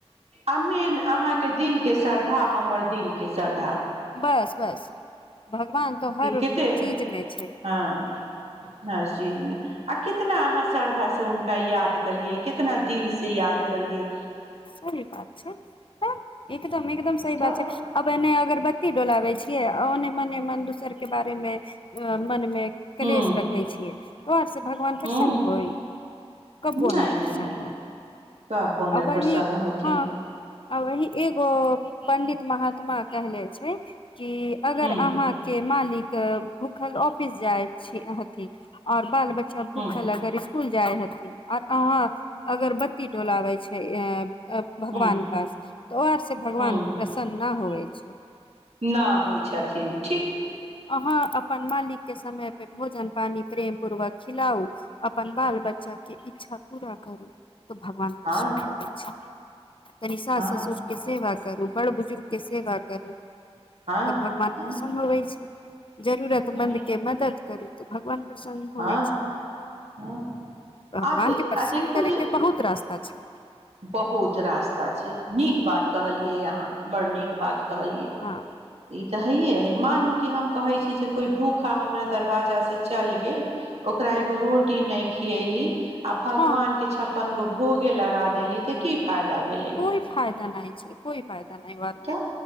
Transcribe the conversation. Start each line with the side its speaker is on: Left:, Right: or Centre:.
Right: अमीन अहाँ दिल के श्रद्धा हमर दिल के श्रद्धा
Left: बस बस भगवान तो हर
Right: कते
Left: चीजमे छै
Right: हँ हर चीजमे आ कितना अहाँ श्रद्धासँ हुनका याद केलियै कितना दिल से याद कलियै
Left: सही बात छै तब एकदम एकदम सही
Right: तब
Left: बात छै अब एने अगरबत्ती डोलाबे छियै आ ओने मने मन दूसर के बारे मे अ मनमे
Right: ह
Left: कलेश
Right: ह
Left: रखै छियै तऽ ओ अर से भगवान प्रसन्न
Right: ह
Left: होय कबबो
Right: नहि
Left: न प्रसन्न
Right: नहि नहि
Left: होय
Right: कहबो नहि प्रसन्न
Left: वही
Right: होथिन
Left: हँ आ वही एगो पंडित महात्मा कहले छै की अगर
Right: ह
Left: अहाँ के मालिक भूखल ऑफिस जाइ छी अह आऔर बाल बच्चा भूखल
Right: ह
Left: अगर इस स्कूल जाय हती आऔर आहाँ अगरबत्ती डोलावे छै छै। भगवान
Right: हूं
Left: पास तऽ आर से भगवान
Right: हूं
Left: प्रसन्न न होवे छैय
Right: ना होइ छथिन ठीक
Left: आहाँ अपन मालिक के समय पे भोजन पानी प्रेम पूर्वक खिलाउ अपन बाल बच्चा के इच्छा पूरा करू तो भ पसन्द
Right: हँ
Left: होइ छै तनि साास
Right: हँ
Left: ससुर क सेे बात करू बड़ बुजुर्गके सेवा करू तऽ
Right: हँ
Left: भगवान
Right: हँ
Left: प्रसन्न होबै छै जरूरतमन्द
Right: हँ
Left: के मदद करू तोऽ भगवान प्रसन्न होइ
Right: हँ
Left: छै
Right: हँ
Left: भगवान
Right: आ दे
Left: के प्रसन्न
Right: आ देखू
Left: करे
Right: जे
Left: के बहुत रास अच्छा
Right: बहुत रास्ता छै नीक बात कहलियै यहाँ बड़ नीक बात कहलियए ई
Left: हँ
Right: तऽ हैयेइ मानू कि हम कहै छी जे कोइ भूखा हमरा दरवाजासँ चलि गेल ओकरा एगो रोटी नहि खियली आ भगवान
Left: हँ
Right: के छपन भोगे लगात देली तऽ की फायदा भेलै
Left: कोइ फायदा नहि छै कोइ फायदा कोई बात नहि
Right: तऽ